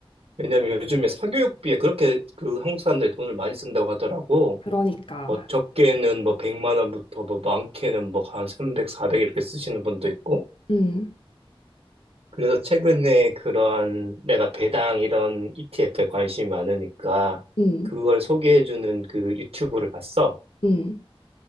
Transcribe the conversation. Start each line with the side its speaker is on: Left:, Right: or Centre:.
Right: 왜냐면 요즘에 사교육비에 그렇게 그 한국 사람들이 돈을 많이 쓴다고 하더라고.
Left: 그러니까,
Right: 뭐 적게는 뭐 100만 원부터 뭐 많게는 뭐 한 300, 400 이렇게 쓰시는 분도 있고.
Left: 응,
Right: 그래서 최근에 그런 내가 배당 이런 ETF에 관심이 많으니까
Left: 응,
Right: 그걸 소개해주는 그 유튜브를 봤어.
Left: 응,